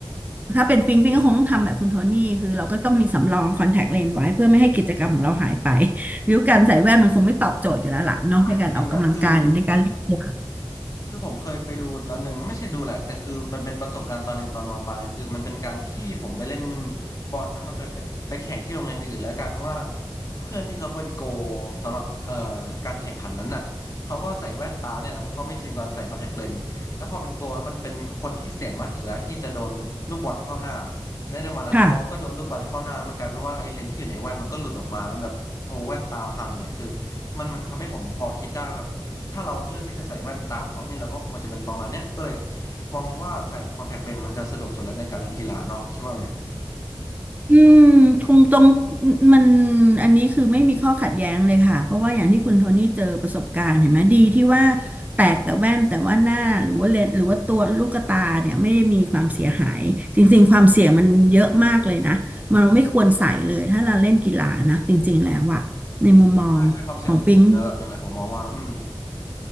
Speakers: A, on the right; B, on the left.
A: ถ้าเป็นปิงปิงก็คงต้องทำแบบคุณโทนี่คือเราก็ต้องมีสำรองคอนแทคเลนส์ไว้เพื่อไม่ให้กิจกรรมของเราหายไป ริ้วการใส่แว่นมันคงไม่ตอบโจทย์อยู่แล้วล่ะเนาะในการออกกำลังกายหรือในการเล่นกีฬา
B: ใช่จริงๆนะคือคือผมเคยไปดูตอนหนึ่งไม่ใช่ดูแหละแต่คือมันเป็นประสบการณ์ตอนหนึ่งตอนมปลายคือมันเป็นการที่ผมไปเล่นบอลเนาะมันเป็นเป็นไปแข่งที่โรงเรียนอื่นแล้วกลายเป็นว่าเพื่อนที่เขาเป็นโกลสำหรับเอ่อการแข่งขันนั้นน่ะเขาก็ใส่แว่นตาเนี่ยแหละเพราะเขาไม่ชินกับการใส่คอนแทคเลนส์แล้วพอเป็นโกลแล้วมันเป็นคนที่เสี่ยงมากที่สุดแล้วที่จะโดนลูกบอลเข้าหน้าและในวันนั้นเขาก็โดนลูกบอลเข้าหน้าแล้วมันกลายเป็นว่าไอ้เลนส์ที่อยู่ในแว่นมันก็หลุดออกมาแล้วแบบโอ้แว่นตาพังเลยคือ
A: ค่ะ
B: มันมันทำให้ผมพอคิดได้ว่าแบบ ถ้าเราเลือกที่จะใส่แว่นตามเขานี่เราก็คงจะเป็นประมาณเนี้ยก็เลยมองว่าใส่คอนแทคเลนส์มันจะสะดวกสุดแล้วในการเล่นกีฬาเนาะคิดว่าไง
A: อืมตรงตรงมันอันนี้คือไม่มีข้อขัดแย้งเลยค่ะเพราะว่าอย่างที่คุณโทนี่เจอประสบการณ์เห็นไหมดีที่ว่าแตกแต่แว่นแต่ว่าหน้าหรือว่าเลนส์หรือว่าตัวลูกตาเนี่ยไม่ได้มีความเสียหายจริงๆความเสี่ยงมันเยอะมากเลยนะมันเราไม่ควรใส่เลยถ้าเราเล่นกีฬานะจริงๆแล้วอะในมุมมองของปิง
B: ใช่ใช่ความเสี่ยงสูงในระดับหนึ่งแหละผมมองว่าอืม